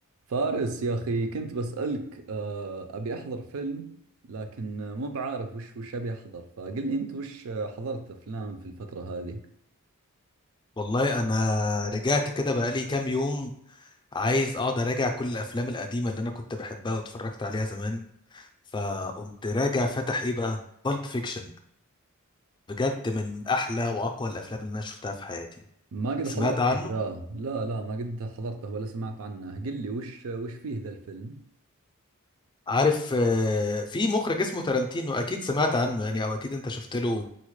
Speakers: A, on the right (about 65°); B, on the left (about 20°).
A: فارس يا أخي كنت بسألك آه، أبي أحضر فيلم لكن آه، مو بعارف وش وش أبي أحضر فقل لي أنت وش آه، حضرت أفلام في الفترة هذه
B: والله انا رجعت كده بقالي كام يوم عايز اقعد اراجع كل الافلام القديمه اللي انا كنت بحبها واتفرجت عليها زمان فقمت راجع فتح ايه بقى بالب فيكشن بجد من احلى واقوى الافلام اللي انا شفتها في حياتي
A: ما قد حضرته
B: سمعت عنه
A: ذا لا لا ما قد حضرته ولا سمعت عنه قل لي وش وش فيه ذا الفيلم
B: عارف آه، في مخرج اسمه تارانتينو اكيد سمعت عنه يعني او اكيد انت شفت له